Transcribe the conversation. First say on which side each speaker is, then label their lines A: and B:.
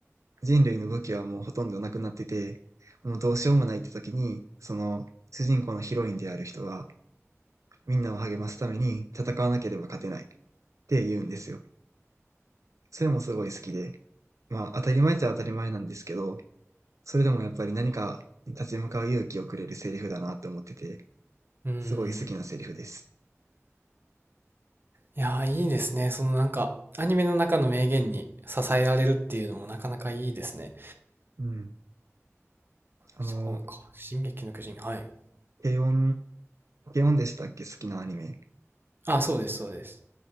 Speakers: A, on the right (about 80°); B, on the right (about 45°).
A: 人類の武器はもうほとんどなくなってて、もうどうしようもないって時に、その主人公のヒロインである人が、みんなを励ますために戦わなければ勝てないって言うんですよ。それもすごい好きで、まあ当たり前っちゃ当たり前なんですけど、それでもやっぱり何か立ち向かう勇気をくれるセリフだなって思ってて、
B: うーん。
A: すごい好きなセリフです。
B: いやー、いいですね。そのなんか、アニメの中の名言に支えられるっていうのもなかなかいいですね。
A: うん。あの、
B: そうか。進撃の巨人。はい。
A: 軽音、軽音でしたっけ好きなアニメ。
B: あ、そうです、そうです。